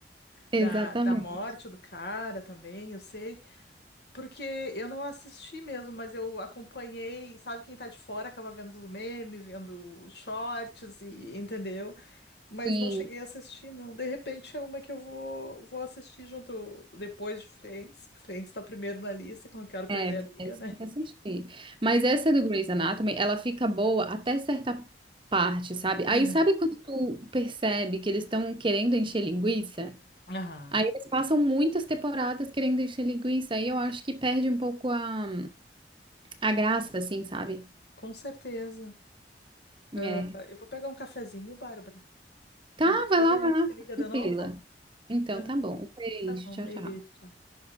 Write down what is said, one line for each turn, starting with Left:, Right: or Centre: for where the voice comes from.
Right: <laughs> exatamente.
Left: da, da morte do cara também, eu sei. Porque eu não assisti mesmo, mas eu acompanhei, sabe, quem tá de fora acaba vendo os memes, vendo os shorts e entendeu? Mas
Right: Sim,
Left: não cheguei a assistir, não. De repente é uma que eu vou, vou assistir junto depois de Friends, que Friends tá primeiro na lista, que eu não quero perder
Right: é, você
Left: a amiga, né?
Right: tem que assistir. Mas essa do Grey's Anatomy, ela fica boa até certa parte, sabe? Aí
Left: Aham.
Right: sabe quando tu percebe que eles estão querendo encher linguiça?
Left: Aham.
Right: Aí eles passam muitas temporadas querendo encher linguiça, aí eu acho que perde um pouco a, a graça, assim, sabe?
Left: Com certeza.
Right: É.
Left: Ah, eu vou pegar um cafezinho, Bárbara.
Right: Tá,
Left: E depois
Right: vai lá,
Left: a
Right: vai
Left: gente
Right: lá,
Left: se
Right: fica
Left: liga de
Right: tranquila.
Left: novo?
Right: Então,
Left: Aham.
Right: tá bom. Um Beijo,
Left: Tá bom,
Right: tchau,
Left: beijo.
Right: tchau.